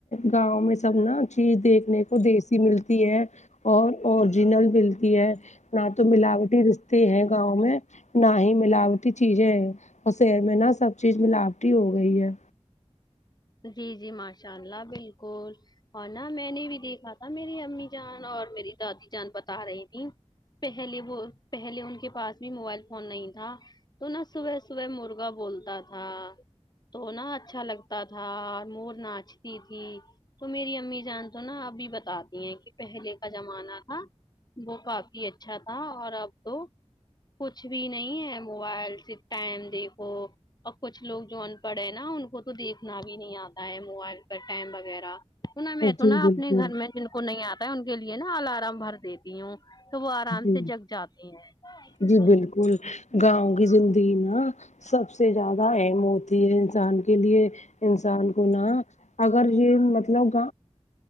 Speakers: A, on the left (about 85°); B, on the left (about 35°).
A: گاؤں میں سب نا چیز دیکھنے کو دیسی ملتی ہے اور اور جنل بل ہے نہ تو ملاوٹی رشتے ہیں گاؤں میں نہ ہی ملاوٹی ٹی چیزیں ہیں اور شر میں نہا سب چیز ملاوٹی ہو گئی ہے
B: جی جی ماشاء اللہ بالکل اور نہ میں نے بھی دیکھا تھا میری امی جان اور میری دادی جان بتا رہی تھیں پہلے وہ پہلے ان کے پاس بھی موبائل فون نہیں تھا تو نہا صبح صبح مرغا بولتا تھا تو نہا اچھا لگتا تھا تھا اور مور ناچتی تھی تو میری امی جان تو نا ابھی بتاتی ہیں کہ پہلے کا زمانہ تھا وہ کافی اچھا تھا اور اب تو کچھ بھی نہیں ہے موبائل سے ٹائم دیکھو اور کچھ لوگ جو ان پڑھ ہے نا ان کو تو دیکھنا بھی نہیں آتا ہے موبائل پر ٹم وغیرہ تو نہا میں تو
A: جی
B: نا اپنے
A: بالکل
B: گھر میں جن کو نہیں آتا ہے ان کے لیے نا الارم بھر دیتی ہوں تو وہ آرام
A: جی
B: سے جگ جاتے ہیں
A: جی بالکل گاؤں کی زندگی نا سب سے زیادہ اہم ہوتی ہے انسان کے لیے انسان کو نہا اگر یہ مطلب